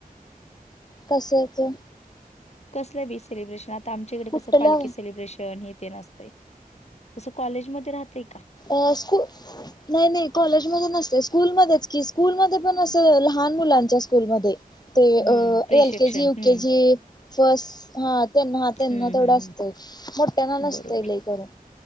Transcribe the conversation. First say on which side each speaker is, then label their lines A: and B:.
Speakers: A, on the left; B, on the left.
A: कश्याचे?
B: कसलं बी सेलिब्रेशन, आता आमच्याकडे
A: कुठल्या
B: कसं पालखी सेलिब्रेशन हे तेन असतंय. तसं कॉलेजमध्ये राहतयं का?
A: अ स्कु नाही नाही कॉलेजमध्ये नसतयं स्कूलमध्येच की स्कूलमध्ये पण असं लहान मुलांच्या स्कूलमध्ये. ते
B: हं,
A: अ
B: प्री
A: एल
B: शिक्षण.
A: के जी, यु
B: हं,
A: के जी. फस्ट हा त्यांना हा त्यांना
B: हं,
A: तेवढं
B: हं,
A: असतंय
B: हं.
A: मोठ्यांना नसतयं
B: बरोबर.
A: लई करून.